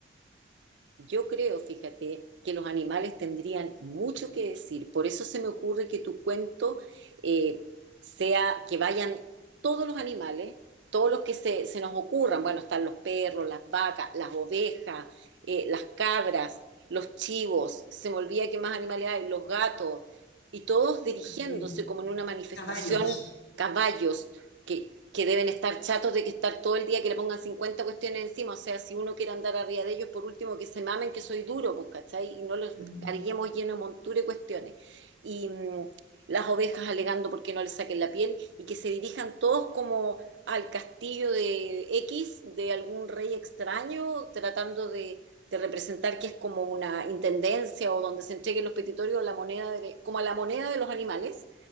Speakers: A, on the right; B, on the left.
A: Yo creo, fíjate, que los animales tendrían mucho que decir. Por eso se me ocurre que tu cuento eh, sea que vayan todos los animales, todos los que se, se nos ocurran. Bueno, están los perros, las vacas, las ovejas, eh, las cabras, los chivos, se me olvida que más animales hay, los gatos, y todos dirigiéndose
B: Sí.
A: como en una manifestación,
B: Caballos.
A: caballos, que, que deben estar chatos de que estar todo el día que le pongan 50 cuestiones encima. O sea, si uno quiere andar arriba de ellos, por último, que se mamen que soy duro, pues, ¿cachai? Y no los
B: Mm.
A: carguemos lleno de montura y cuestiones. Y mm, las ovejas alegando porque no les saquen la piel y que se dirijan todos como al castillo de X, de algún rey extraño, tratando de, de representar que es como una intendencia o donde se entreguen los petitorios, la moneda de- como a la moneda de los animales